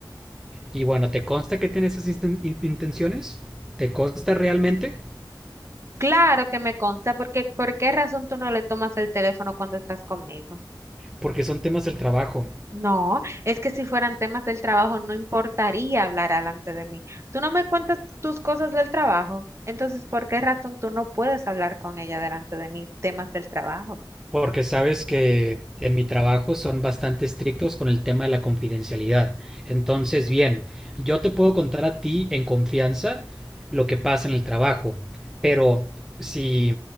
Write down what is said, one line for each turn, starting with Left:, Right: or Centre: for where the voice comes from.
Centre: Y bueno, ¿te consta que tiene esas inten- in- intenciones? ¿Te consta realmente?
Right: Claro que me consta, porque ¿por qué razón tú no le tomas el teléfono cuando estás conmigo?
Centre: Porque son temas del trabajo.
Right: No, es que si fueran temas del trabajo no importaría hablar delante de mí. Tú no me cuentas tus cosas del trabajo, entonces ¿por qué razón tú no puedes hablar con ella delante de mí temas del trabajo?
Centre: Porque sabes que en mi trabajo son bastante estrictos con el tema de la confidencialidad. Entonces, bien, yo te puedo contar a ti en confianza lo que pasa en el trabajo, pero si